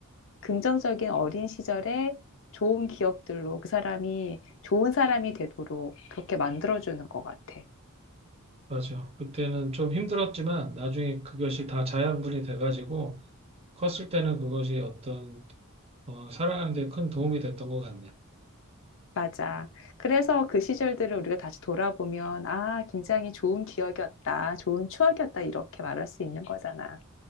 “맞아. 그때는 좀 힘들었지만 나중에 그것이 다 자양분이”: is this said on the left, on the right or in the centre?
Right